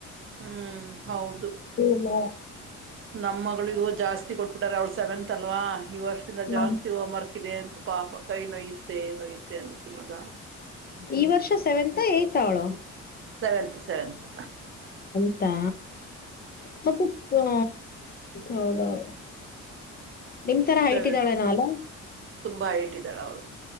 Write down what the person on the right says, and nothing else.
ಹ್ಮ್ ಹೌದು
ನಮ್ಮ್ ಮಗಳಿಗೂ ಜಾಸ್ತಿ ಕೊಟ್ಬಿಟಾರ ಅವಳ ಸೆವೆನ್ ಅಂತಲ್ವಾ ಈ ವರ್ಷದಿಂದ ಜಾಸ್ತಿ
ಹೋಮರ್ಕ್ ಇದೆ ಅಂತ ಪಾಪ ಕೈ ನೋಯತ್ತೆ ನೋಯೆ ಟೆಂಟು ಮಗ
ಸೆವೆಂತ್ ಸೆವೆಂತ್
ಸವೆನ್
ತುಂಬಾ ಹೈಟ್ ಇದಾಳ್ ಅವ್ಳು.